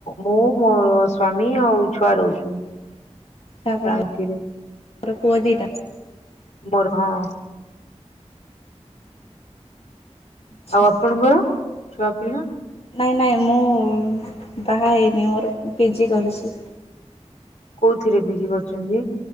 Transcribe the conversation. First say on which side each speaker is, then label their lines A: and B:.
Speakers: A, on the left; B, on the left.
A: ମୁଁ ମୋର ସ୍ଵାମୀ ଆଉ ଛୁଆ ରହୁଛୁ।
B: ଆଚଛା ଆପଣଙ୍କର
A: ରାଞ୍ଚିରେ
B: ପୁଅ ଦୁଇଟା?
A: ମୋର ହଁ।
B: ଆଚ୍ଛା।
A: ଆଉ ଆପଣଙ୍କର ଛୁଆ ପିଲା?
B: ନାଇଁ ନାଇଁ ମୁଁ ବାହା ହେଇନି ମୋର ପିଜି କରୁଛି।
A: କୋଉଥିରେ ପିଜି କରୁଛନ୍ତି?